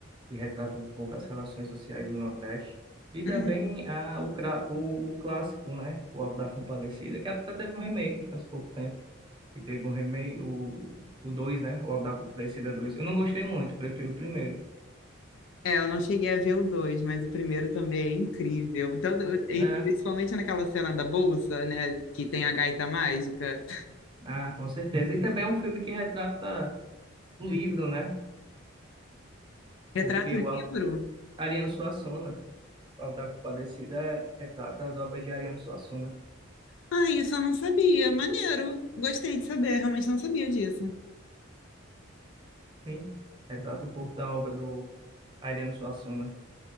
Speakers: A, on the right; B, on the left.
A: que retrata um pouco as relações sociais do Nordeste. E também
B: Hum,
A: ah, o, cra- o, o clássico, né? O Auto da Compadecida, que até teve um remake faz pouco tempo. E teve um remake, o, o 2, né? O Auto da Compadecida dois. Eu não gostei muito, prefiro o primeiro.
B: É, eu não cheguei a ver o dois, mas o primeiro também é incrível. Tanto, e
A: É,
B: principalmente naquela cena da bolsa, né, que tem a gaita mágica.
A: ah, com certeza. E também é um filme que retrata o livro, né?
B: Retrato
A: Porque
B: livro?
A: o Au- Ariano Suassuna, o Auto da Compadecida, é- retrata as obras de Ariano Suassuna.
B: Ah, isso eu não sabia. Maneiro. Gostei de saber, realmente não sabia disso.
A: Sim, retrata um pouco da obra do Ariano Suassuna.